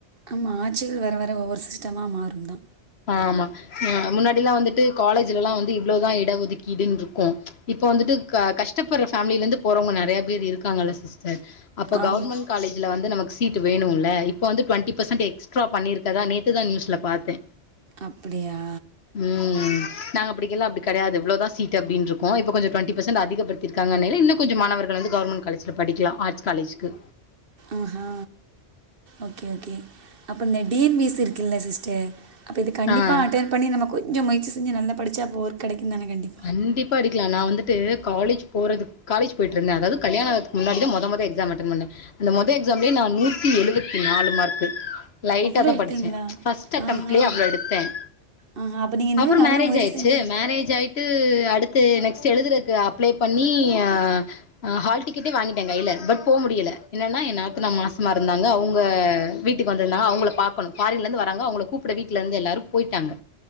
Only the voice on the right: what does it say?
ஆமா ஆட்சிகள் வர வர ஒவ்வொரு சிஸ்டமா மாறும்தான்
ஆமாம்
அப்படியா
ஆஹா ஓகே ஓகே அப்ப இந்த T N P S C இருக்கல்ல சிஸ் ட்டு அப்ப இது கண்டிப்பா
அட்டன் பண்ணி நம்ம கொஞ்சோ முயற்சி செஞ்சு நல்ல படிச்சா அப்போ ஒர்க் கெடைக்குந்தானே கண்டி
அவ்ளோ எடுத்தீங்களா
ஆ ஆ
ஆ அப்ப நீங்க இன்னு
நல்லா
முயற்சி
செஞ்சா